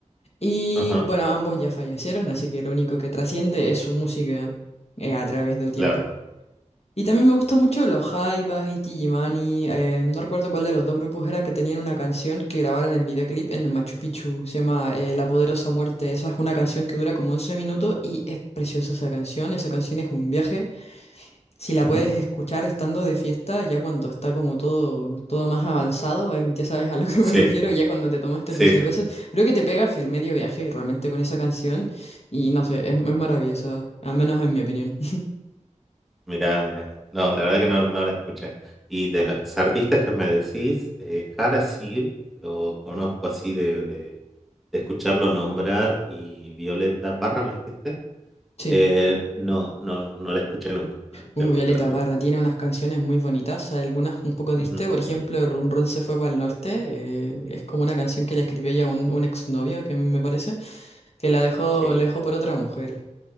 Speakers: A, on the left; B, in the centre.
A: Y
B: ajá,
A: bueno, ambos ya fallecieron, así que lo único que trasciende es su música eh, a través del tiempo.
B: claro.
A: Y también me gustó mucho los Jaivas, Inti Illimani, eh, no recuerdo cuál de los dos grupos era que tenían una canción que grabaron el videoclip en el Machu Picchu, se llama eh, La Poderosa Muerte, esa es una canción que dura como 11 minutos y es preciosa esa canción, esa canción es un viaje, si la
B: Ujú.
A: puedes escuchar estando de fiesta, ya cuando está como todo, todo más avanzado, eh, ya sabes a lo que
B: Sí,
A: me <laughs> refiero, ya cuando te tomaste
B: sí,
A: tus cervezas,
B: sí.
A: creo que te pegas el medio viaje realmente con esa canción y no sé, es, es maravillosa, al menos en mi opinión,
B: Mirá, mirá. No, la verdad que no, no la escuché. Y de los artistas que me decís, eh, Jara sí, lo conozco así de, de, de escucharlo nombrar y Violeta Parra, ¿me dijiste?
A: <laughs> sí.
B: Eh, no, no, no la escuché nunca, no la escuché
A: Uh,
B: nunca,
A: Violeta
B: la verdad.
A: Parra tiene unas canciones muy bonitas, hay algunas un poco tristes,
B: Ujú,
A: por ejemplo, Run Run se fue para el norte, eh, es como una canción que le escribió ella a un, un exnovio, que me parece, que la dejó,
B: Sí,
A: la dejó por otra mujer.